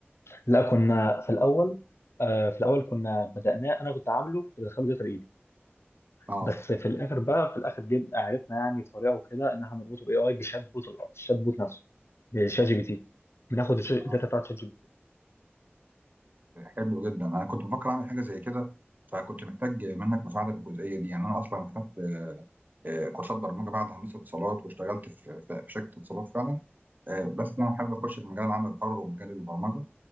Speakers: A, on the left; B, on the right.
A: لا كنا في الاول آه، في الاول كنا بدأناه انا كنت عامله كنت بدخله داتا بايدي
B: أه
A: بس في الاخر بقى في الاخر جبنا عرفنا يعني طريقه وكده ان احنا نربطه باي اي بشات بوت الأرض، الشات بوت نفسه بشات جي بي تي بناخد الش- الداتا
B: آه.
A: بتاعت شات جي بي تي
B: حلو جدا انا كنت بفكر اعمل حاجه زي كده فكنت محتاج منك مساعده في الجزئيه دي يعني انا اصلا خدت آه، كورسات برمجه بعد هندسه اتصالات واشتغلت في في في شركه اتصالات فعلا آه، بس انا حابب اخش في مجال العمل الحر ومجال البرمجه